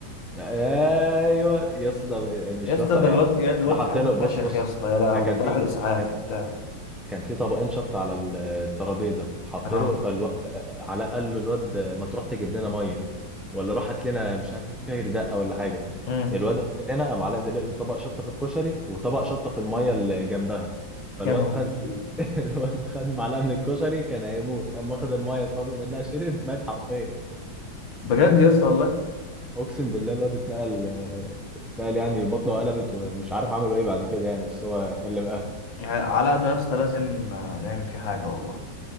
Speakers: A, in the centre; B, on the left.
A: ايوه يا اسطى ده مش
B: يا اسطى
A: بس
B: ده
A: يعني
B: الواد يا- الواد
A: ده حط
B: ساعتها
A: له
B: اتفشخ
A: بص بص
B: يا اسطى يا لهوي
A: ده كان
B: ده
A: في
B: راح الاسعاف
A: كان
B: وبتاع
A: كان في طبقين شط على الترابيزه حط
B: اه
A: له فالواد علاء قال له الواد ما تروح تجيب لنا ميه ولا روح هات لنا مش عارف كاير دقه ولا حاجه
B: امم
A: الواد قال لنا قام علاء دلق له طبق شطه في الكشري وطبق شطه في الميه اللي جنبها فالواد
B: يا نهار
A: خد
B: اسود
A: <laughs> الواد خد معلقه من الكشري كان هيموت قام واخد الميه صافي منها شرب مات حرفيا
B: بجد يا اسطى والله
A: اقسم بالله الواد اتنقل آه، اتنقل يعني بطنه قلبت ومش عارف عملوا ايه بعد كده يعني بس هو كلم اهله
B: يعني علاء ده يا اسطى لازم آه، نعمل فيه حاجه والله